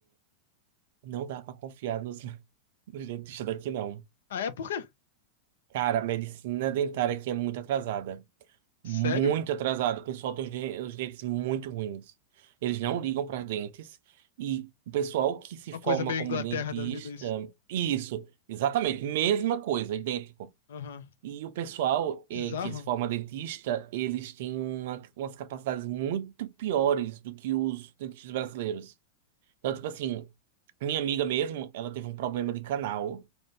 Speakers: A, on the right; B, on the left.
A: Não dá pra confiar nos <laughs> Do dentista daqui não.
B: Ah, é? Por quê?
A: Cara, a medicina dentária aqui é muito atrasada.
B: Sério?
A: Muito atrasada. O pessoal tem os, de- os dentes muito ruins. Eles não ligam para os dentes. E o pessoal que se
B: Uma
A: forma
B: coisa meio
A: como
B: Inglaterra
A: dentista.
B: da vida, isso.
A: Isso, exatamente. Mesma coisa, idêntico.
B: Aham.
A: E o pessoal eh,
B: Bizarro.
A: que se forma dentista, eles têm uma- umas capacidades muito piores do que os dentistas brasileiros. Então, tipo assim, minha amiga mesmo, ela teve um problema de canal.